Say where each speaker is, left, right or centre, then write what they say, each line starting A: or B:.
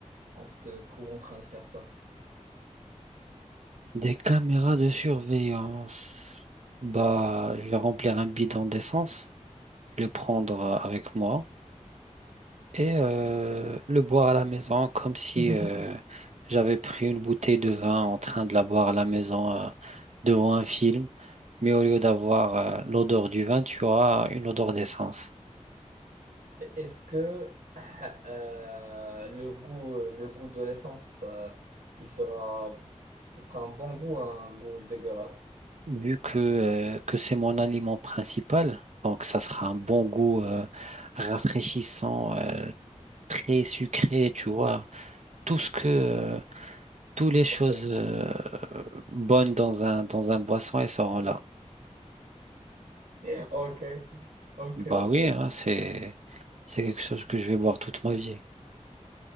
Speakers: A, on the right; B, on the right.
A: on te trouve en train de faire ça.
B: Des caméras de surveillance. Bah, je vais remplir un bidon d'essence, le prendre euh, avec moi. et euh, le boire à la maison comme si
A: <laughs>
B: euh, j'avais pris une bouteille de vin en train de la boire à la maison euh, devant un film. Mais au lieu d'avoir euh, l'odeur du vin, tu auras une odeur d'essence.
A: Et Est-ce que <laughs> euh, le goût euh, le goût de l'essence euh, il sera ce sera un bon goût, un goût dégueulasse?
B: Vu que, euh, que c'est mon aliment principal, donc ça sera un bon goût euh, rafraîchissant, euh, très sucré, tu vois. Tout ce que, euh, toutes les choses
A: Ok,
B: euh, bonnes dans un, dans un boisson, elles seront là.
A: <laughs> ok, ok.
B: Bah
A: ok.
B: oui, hein, c'est c'est quelque chose que je vais boire toute ma vie.